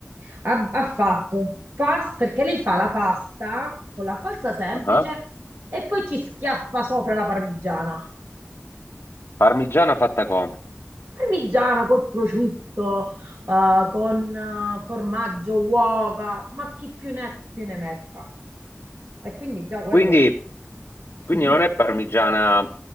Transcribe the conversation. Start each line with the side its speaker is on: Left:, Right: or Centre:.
Right: ha, ha fatto pasta perché lei fa la pasta con la salsa semplice
Left: Ah,
Right: e poi ci schiaffa sopra la parmigiana.
Left: Parmigiana fatta come?
Right: Parmigiana col prosciutto, eh, con eh, formaggio, uova, ma chi più ne ha più ne metta. E quindi già quello,
Left: Quindi,
Right: <laughs>
Left: quindi non è parmigiana,